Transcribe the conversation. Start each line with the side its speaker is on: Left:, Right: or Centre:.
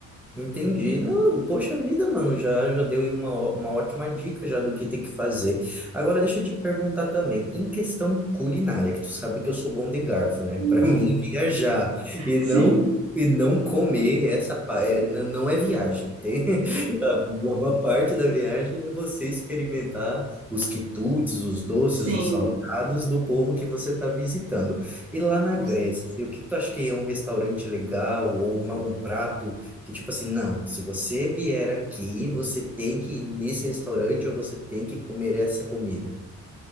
Centre: Entendi. Não, poxa vida, mano, já já deu aí uma, ó- uma ótima dica já do que tem que fazer. Agora deixa eu te perguntar também, em questão culinária, que tu sabe que eu sou bom de garfo, né?
Right: Uhum.
Centre: Para <laughs> mim viajar e
Right: Sim,
Centre: não e não comer essa pa- é, n- não é viagem. Tem <laughs> a- uma parte da viagem é você experimentar os quitutes, os doces,
Right: sim.
Centre: os salgados do povo que você está visitando. E lá na
Right: Com-
Centre: Grécia, assim, o que que tu acha que é um restaurante legal ou uma- um prato que tipo assim, não, se você vier aqui, você tem que ir nesse restaurante ou você tem que comer essa comida.